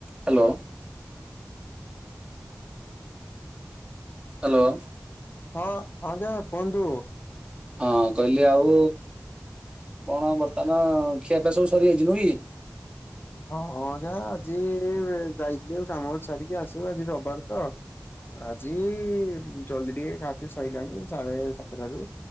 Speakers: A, on the right; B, on the left.
A: Hello. Hello.
B: ହଁ ହଁ ଜୟ କୁହନ୍ତୁ।
A: ହଁ କହିଲି ଆଉ କଣ ବର୍ତ୍ତମାନ ଖିଆପିଆ ସବୁ ସରିଯାଇଛି ନୁହେଁ କି।
B: ହଁ ହଁ ନା ଆଜି ଯାଇଥିଲି କାମ ଛାଡିକି ଆସିବୁ ଆଜି ରବିବାର ତ। ଆଜି ଜଲଦି ଟିକେ ଖା ପିଅ ସଇଲାଣି ସାଢେ ସାତଟାରୁ।